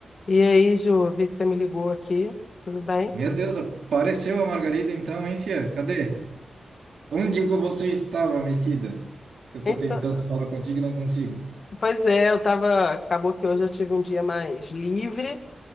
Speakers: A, on the left (about 45°); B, on the right (about 75°).
A: E aí, Ju, vi que você me ligou aqui, tudo bem?
B: Meu Deus, apareceu a Margarida então, hein, fia? Cadê? Onde que você estava metida? Eu
A: Então,
B: tô tentando falar contigo e não consigo.
A: pois é, eu tava, acabou que hoje eu tive um dia mais livre